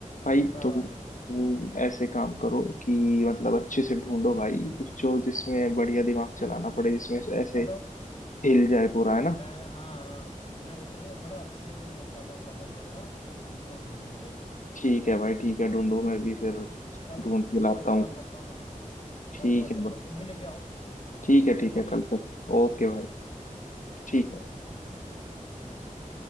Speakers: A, on the left; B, on the left.
A: भाई
B: दमदार
A: तो
B: वाले
A: वो ऐसे काम करो कि मतलब अच्छे से ढूंढो भाई कुछ जो जिसमें बढ़िया दिमाग चलाना पड़े जिसमें ऐसे
B: चलो
A: हिल जाए पूरा है ना
B: मैं हाँ हाँ, मैं रिसर्च मतलब अच्छे लेके आता हूँ पजल्स वगैरह फिर पूछता हूँ तुमसे ठीक
A: ठीक है भाई ठीक है ढूंढो मैं भी फिर
B: कल
A: ढूंढ के लाता
B: कल
A: हूँ
B: कॉल करता हूँ तुमको
A: ठीक
B: कल कॉल
A: है
B: करता
A: भाई
B: हूँ तुम भी लेके आओ
A: ठीक है ठीक
B: ओके
A: है कल तक ओके भाई ठीक है
B: ओके ठीक है ठीक ठीक